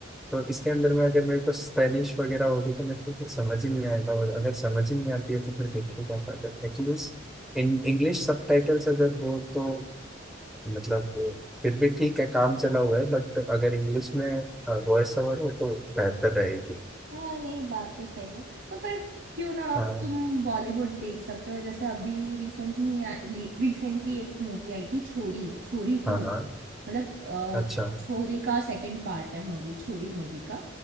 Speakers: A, in the centre; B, on the right.
A: तो इसके अंदर में अगर मेरे को स्पेनिश वगैरह होगी तो मेरे को फिर समझ ही नहीं आएगा और अगर समझ ही नहीं आती है तो फिर देखने क्या फायदा एटलीस्ट इन इंग्लिश सबटाइटल्स अगर हो तो मतलब फिर भी ठीक है काम चला हुआ है बट अगर इंग्लिश में वॉइस ओवर हो तो बेहतर रहेगी
B: हाँ, नहीं बात तो सही है। तो फिर क्यों ना आप
A: हाँ
B: तुम बॉलीवुड देख सकते हो जैसे अभी रिसेंट में आ- ली- रिसेंटली एक मूवी आई थी छोरी छोरी
A: हाँ
B: टू
A: हाँ
B: मतलब अ,
A: अच्छा
B: छोरी का सेकंड पार्ट है मूवी छोरी मूवी का